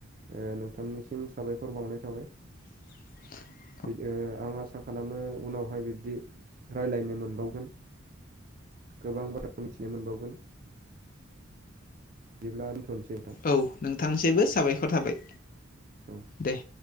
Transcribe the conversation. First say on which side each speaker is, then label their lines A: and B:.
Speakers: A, on the right; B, on the left.
A: ओ नोंथांनिसिम साबायखर बावनाय थाबाय।
B: <inaudible>
A: बिदो आं आसा खालामो उनावहाय बिब्दि राय्लायनो मोनबावगोन। गोबां बाथ्रा मिथिनो मोनबावगोन। बिदिब्ला दोन्थनोसै।
B: औ नोंथांनिसबो साबायखर थाबाय
A: औ
B: दे।